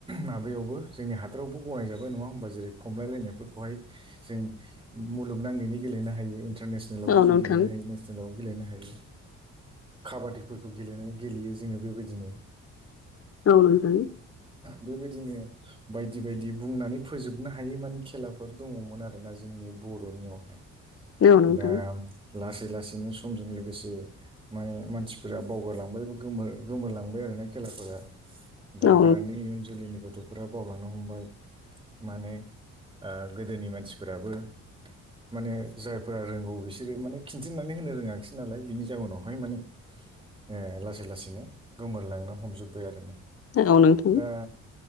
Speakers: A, on the right; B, on the left.
A: माबायावबो जोंनि हा हादरावबो गनायजाबाय नङा होमबा जेरै खमलायलायनायफोरखौहाय जों मुलुगनाङैनो गेलेनो हायो इन्टारनेसनेल लावबो
B: औ
A: जों
B: नोंथां
A: गेलेनो हायो नेसनेलावबो गेलेनो हायो काबादिफोरखौ गेलेनाय गेलेयो जोङो बेबायदिनो
B: औ नोंथां
A: बेबायदिनो बायदि बायदि बुंनानै फोजोबनो हायै मानि खेलाफोर दङमोन आरोना जोंनि बर'नियावहाय
B: औ नोंथां
A: दा लासै लासैनो समजों लोगोसे माने मानसिफोरा बावगारलांबायबो गोरलांबाय आरोना खेलाफोरा दााग्रानि
B: औ नोंथां औ
A: इउन जोलैनि गथ'फोरा बावलांनो हमबाय माने ओ गोदोनि मानसिफोराबो माने जायफोरा रोंगौ बिसोरो माने खिन्थिनानै होनो रोङाखसै नालाय बिनि जाउनावहाय माने ओ लासै लासैनो गोमोरलांनो हमजोब्बाय आरो ना
B: नोंथां
A: दा